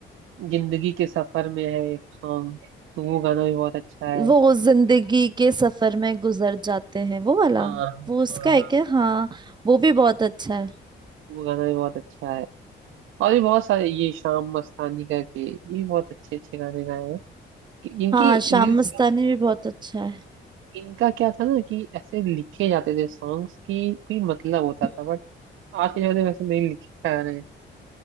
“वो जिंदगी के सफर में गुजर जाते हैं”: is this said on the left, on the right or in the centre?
Right